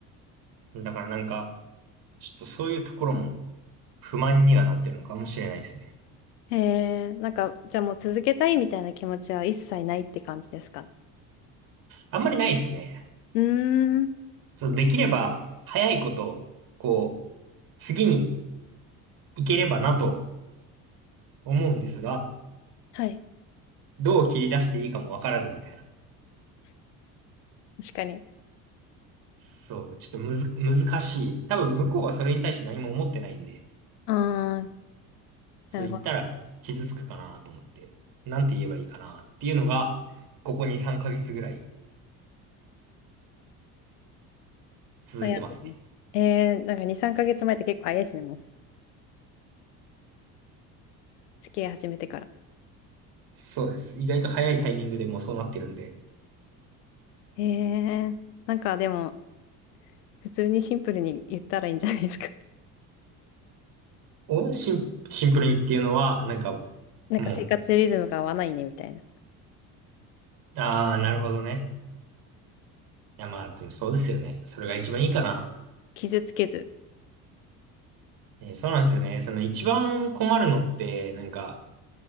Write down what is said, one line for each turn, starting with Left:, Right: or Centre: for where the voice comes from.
Right: う。だからなんか、ちょっとそういうところも不満にはなってるのかもしれないですね。
Left: へえ、なんか、じゃあもう続けたいみたいな気持ちは一切ないって感じですかね。
Right: あんまりないですね。
Left: うーん。
Right: そう、できれば早いこと、こう、次に行ければなと思うんですが、
Left: はい。
Right: どう切り出していいかもわからずみたいな。
Left: 確かに。
Right: そう、ちょっとむず、難しい。多分向こうはそれに対して何も思ってないんで、
Left: ああ
Right: それ言ったら傷つくかなと思って、
Left: なるほど。
Right: なんて言えばいいかなっていうのが、ここ2、3ヶ月ぐらい続いてますね。
Left: 悩んでる。えー、なんか2、3ヶ月前って結構早いですね、もう。付き合い始めてから。
Right: そうです。意外と早いタイミングでもうそうなってるんで、
Left: えー、なんかでも、普通にシンプルに言ったらいいんじゃないですか。
Right: お、シン、シンプルにっていうのは、なんか、も
Left: <laughs> なんか生活リズムが合わないね、
Right: う、
Left: みたいな。
Right: ああ、なるほどね。いや、まあ、でもそうですよね。それが一番いいかな。
Left: 傷つけず。
Right: ね、そうなんですよね。その一番困るのって、なんか、